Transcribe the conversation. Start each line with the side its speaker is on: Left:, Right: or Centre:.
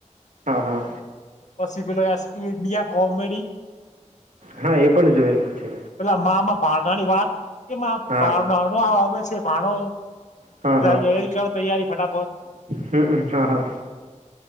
Right: હા હા
Left: પસી પેલો એસ પી ડીઆ કોમેડી
Right: હા એ પણ જોયેલું છે.
Left: પેલા મામાં ભાનના ની વાત કે માં
Right: હા
Left: ભાનના નો આવે છે ભાણો
Right: હા
Left: તૈયારી
Right: હા
Left: કરો તૈયારી ફટાફટ
Right: હમ હા હા